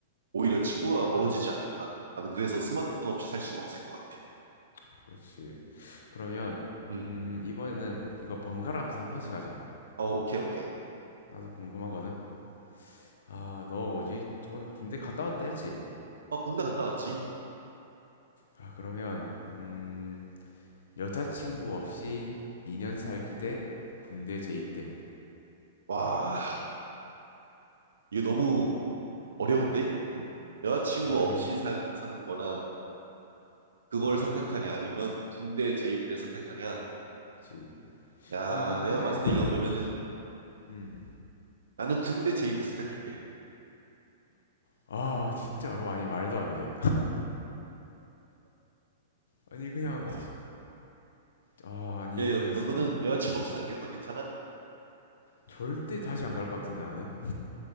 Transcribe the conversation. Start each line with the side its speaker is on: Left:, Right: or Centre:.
Right: 오히려 친구가 멀어지지 않을까? 나는 그래서 스마트폰
Left: 그냥
Right: 없이 살 수는 없을 것 같아.
Left: 그렇지. 그러면
Right: 음.
Left: 음, 이번에는 이거 번갈아 가면서 한 번씩 하자.
Right: 어, 오케이, 오케이.
Left: 나도 궁금하거든. 아, 너 뭐지? 저번에 군대 갔다 왔다 했지?
Right: 어, 군대 갔다 왔지?
Left: 아, 그러면 음, 여자친구 없이 2년 살기 대 군대 재입 대.
Right: 와, 이게 너무 어려운데? 여자친구
Left: 아,
Right: 없이
Left: 예. 그
Right: 사, 사는 거랑 그걸 선택하냐 아니면 군대 재입대 선택하냐?
Left: 렇지
Right: 야,
Left: 아, 이건 근데
Right: 내가 봤을 때 이거 그러면은
Left: 음.
Right: 나는 군대 재입대 선택할게.
Left: 아, 진짜로 아니 말도 안 돼. 아니 그냥
Right: 아,
Left: 아, 아니
Right: 예,
Left: 이거는
Right: 너-
Left: 삼
Right: 너는 여자친구 없이 사는 게 더 괜찮아?
Left: 절대 다시 안 갈 것 같은데 나는.